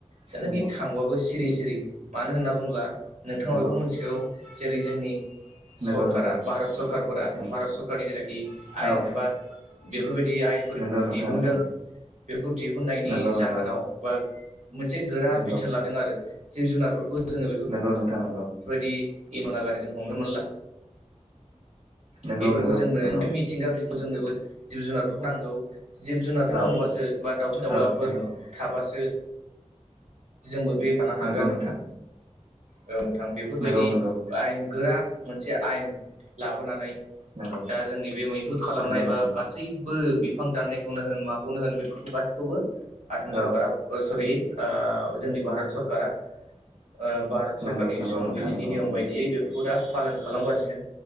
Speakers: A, on the right; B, on the right.
A: जायनाखि
B: नंगौ
A: थांबाबो सिरि सिरि मानो होनना बुङोब्ला नोंथाङा
B: नंगौ
A: बेखौ मिथिखागौ जेरै जोंनि
B: नंगौ
A: सरकारा
B: नंगौ
A: भारत सरकारफोरा
B: नंगौ
A: भारत सरकारनि जेनाखि आयेन
B: औ
A: बा बेफोरबायदि जदि आयेनफोर
B: नंगौ नोंथां
A: दिहुनदों
B: नंगौ
A: बेखौ दिहुननायनि
B: नंगौ
A: जाहोनाव
B: नंगौ
A: बा मोनसे गोरा
B: नंगौ
A: बिथोन लादों आरो जिब जुनारफोरखौ जोङो
B: नंगौ नोंथां नंगौ।
A: बेफोरबायदि इन'ना गारिजों हमनो मोनला।
B: नंगौ
A: बेफोरखौ
B: नंगौ
A: जोंनो
B: नंगौ
A: मिथिंगा बेखौ जोंनो जिब जुनार फोरखौ नांगौ। जिब जुनारफोर
B: औ
A: दंबासो बा दावउसिन दाउलाफोर
B: औ नंगौ
A: थाबासो जोंबो बे <unintelligible> हागोन।
B: नंगौ नोंथां
A: औ नोंथां बेफोरबायदि
B: नंगौ नंगौ
A: आयेन गोरा मोनसे आयेन लाबोनानै
B: नंगौ
A: दा जोंनि बे मैहुर खालामनाय
B: नंगौ नंगौ
A: बा गासै बो बिफां दाननायखौनो होन माखौनो होन बेफोरखौ गासैखौबो आसाम सरकारा
B: औ
A: ओ सरि ओ जोंनि भारत सरकारा ओ भारत
B: नंगौ
A: सरकारनि
B: नंगौ
A: संबिजितनि
B: नोंथां नंगौ
A: नियम बायदियै बे बेखौ दा फालन खालामगासिनो